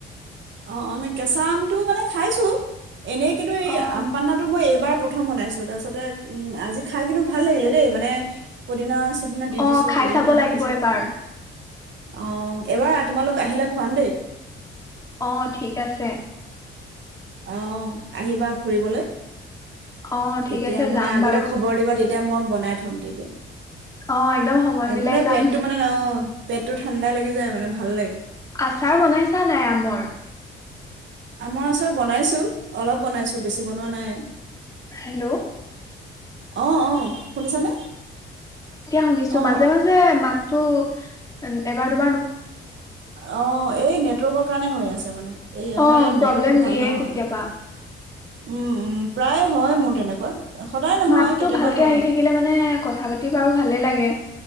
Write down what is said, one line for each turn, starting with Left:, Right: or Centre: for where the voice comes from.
Right: অ' অ' মানে কেচা আমটো মানে খাইছোঁ এনেই কিন্তু এই
Left: অ',
Right: আম পান্নাটো মই বাৰ প্ৰথম বনাইছোঁ তাৰপিছতে উম, আজি খাই কিন্তু ভাল লাগিলে দেই মানে পদিনা সিদিনা দি
Left: অ',
Right: দিছো
Left: খাই
Right: পৰহিদিনা
Left: চাব লাগিব
Right: তাৰপিছত
Left: এবাৰ।
Right: আৰু অ এবাৰ তোমালোক আহিলে খুৱাম দেই
Left: অ ঠিক আছে
Right: আহ আহিবা ফুৰিবলৈ
Left: অ ঠিক
Right: তেতিয়া
Left: আছে
Right: মানে
Left: যাম
Right: আগতে
Left: বাৰু
Right: খবৰ দিব তেয়া তেতিয়া মই বনাই থম তেতিয়া
Left: অ একদম সময় মিলাই
Right: মানে
Left: যাম
Right: পেটটো মানে ন পেটটো ঠাণ্ডা লাগি যায় মানে ভাল লাগে
Left: আচাৰ বনাইছা নাই আমৰ
Right: আমাৰ আচাৰ বনাইছো অলপ বনাইছো বেছি বনোৱা নাই
Left: হেল্ল'
Right: অ অ শুনিছানে
Left: শুনিছোঁ
Right: অ
Left: মাজে
Right: অ
Left: মাজে মাত তো এন এবাৰ দুবা
Right: অ', এই নেটৱৰ্কৰ কাৰণে হৈ আছে মানে এই আমাৰ
Left: অ
Right: ইয়াত
Left: প্ৰব্লেম
Right: নেটৱৰ্কটো ভাল
Left: দিয়ে
Right: নহয়।
Left: কেতিয়াবা
Right: উম, উম, প্ৰায়ে হয় মোৰ তেনেকুৱা। সদায় নহয়
Left: মাততো
Right: কেতিয়াবা
Left: ভালকে
Right: হয়।
Left: আহি থাকিলে মানে কথা পাতি বাৰু ভালে লাগে।